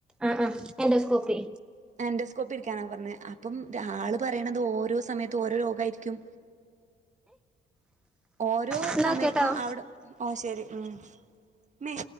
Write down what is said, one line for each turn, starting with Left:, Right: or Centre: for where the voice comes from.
Centre: ആഹ് ആഹ് എൻഡോസ്കോപ്പി
Right: എൻടൊസ്കോപ്പി ഇരിക്കാനാണ് പറഞ്ഞെ അപ്പം ആള് പറയണത് ഓരോ സമയത്തും ഓരോ രോഗാ യിരിക്കും ഓരോ
Centre: എന്നാ
Right: സമയത്തും
Centre: ഓക്കെട്ടോ
Right: അവ്ടെ ആഹ് ശരി ഉം മേ